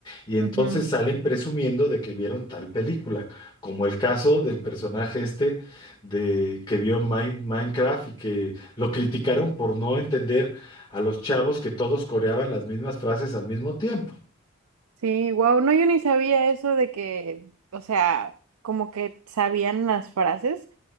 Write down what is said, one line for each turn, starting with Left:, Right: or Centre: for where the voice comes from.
Left: y entonces
Right: Ujú.
Left: salen presumiendo de que vieron tal película, como el caso del personaje este de que vio Min- Minecraft y que lo criticaron por no entender a los chavos que todos coreaban las mismas frases al mismo tiempo.
Right: Sí, wow. No, yo ni sabía eso de que, o sea, como que sabían las frases.